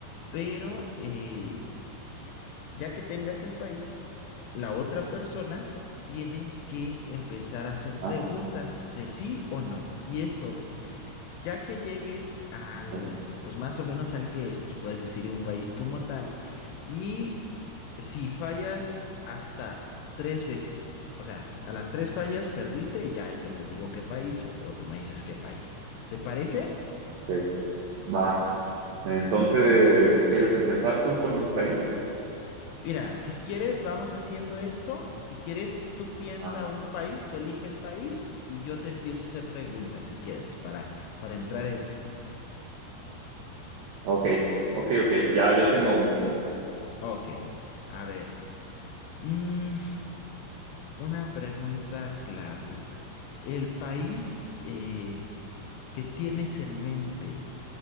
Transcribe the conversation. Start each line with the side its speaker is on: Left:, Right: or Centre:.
Left: pero eh, ya que tengas el país, la otra persona tiene que empezar a hacer
Right: Ah,
Left: preguntas de sí o no. Y es todo. Ya que llegues al,
Right: ujú.
Left: pues más o menos al que es, pues puedes decir un país como tal. Y si fallas hasta tres veces, o sea, a las tres fallas perdiste y ya yo te digo qué país o, o tú me dices qué país. ¿Te parece?
Right: Eh, Va. Entonces, ¿quieres empezar tú con un país?
Left: Mira, si quieres, vamos haciendo esto. Si quieres, tú piensa
Right: Ah,
Left: un país, tú elige el país y yo te empiezo a hacer preguntas, si quieres, para, para entrar en...
Right: ok, ok, ok. Ya, ya tengo uno.
Left: Ok, a ver. mm, una pregunta clave. ¿El país eh, que tienes en mente